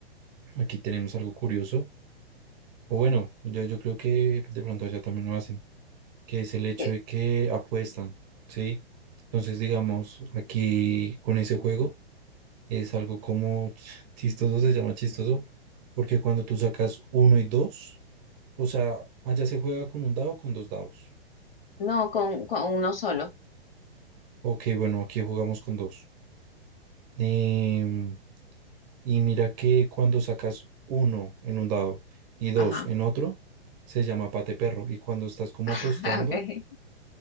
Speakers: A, on the right; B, on the left.
A: aquí tenemos algo curioso. O bueno, yo, yo creo que de pronto allá también lo hacen. que es el hecho
B: Que-
A: de que apuestan, ¿sí? Entonces, digamos, aquí con ese juego es algo como ch- chistoso, se llama chistoso, porque cuando tú sacas uno y dos, o sea, allá se juega con un dado o con dos dados.
B: No, con, con uno solo.
A: Ok, bueno, aquí jugamos con dos. Em, y mira que cuando sacas uno en un dado y dos
B: Ajá.
A: en otro, se llama pate perro. Y cuando estás como apostando,
B: <laughs> Ah, Okay.